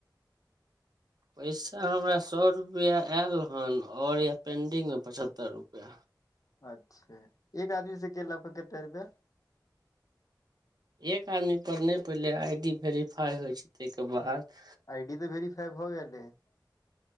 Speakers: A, on the right; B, on the left.
A: पैसा हमरा सौ रुपया आयल हन आओर य पेंडिंग मे पचहत्तर रुपैया
B: अच्छा एक आदमी से केेला पे केते रुपया
A: एक आदमी पर नहि पहिले आई डी वेरिफाइ होइ छै ताहिके बाद
B: आइडी तऽ भेरिफाइ भऽ गेल हय